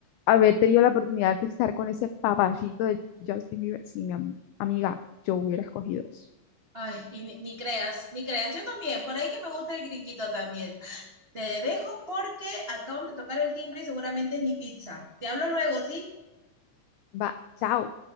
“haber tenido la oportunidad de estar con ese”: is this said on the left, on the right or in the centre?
Left